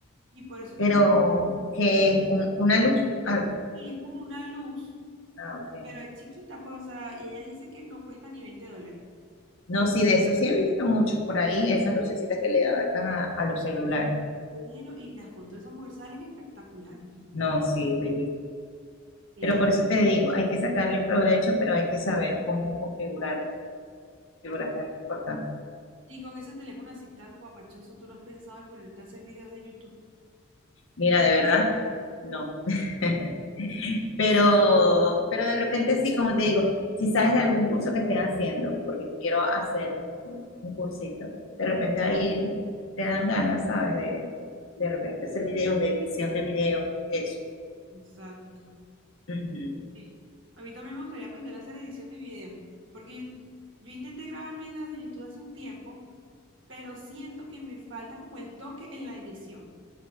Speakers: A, on the right; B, on the left.
A: y por eso es
B: pero
A: que la...
B: que es un- una luz. Ah,
A: Y es como una luz,
B: ah, ok.
A: pero es chiquita, pues, o sea, y ella dice que no cuesta ni 20 dólares.
B: No, sí, de eso sí he visto muchos por ahí, esas lucecitas que le adaptan a, a los celulares.
A: Bueno, y las fotos de esa mujer salen espectaculares.
B: No, sí, bellísimo.
A: Ella,
B: Pero por eso te digo, hay que sacarle provecho, pero hay que saber cómo configurar, configurar tan importante.
A: y con ese teléfono así tan guapachoso, tú no has pensado en ponerte a hacer videos de YouTube.
B: Mira, de verdad, no. <laughs> Pero, pero de repente sí, como te digo, si sabes de algún curso que estén haciendo, porque quiero hacer un, un cursito, de repente ahí te dan ganas, ¿sabes? De, de repente hacer videos, de edición de videos, eso.
A: Exacto.
B: Ujú.
A: Sí. A mí también me gustaría aprender a hacer edición de videos, porque yo, yo intenté grabar videos de YouTube hace un tiempo, pero siento que me falta como el toque en la edición.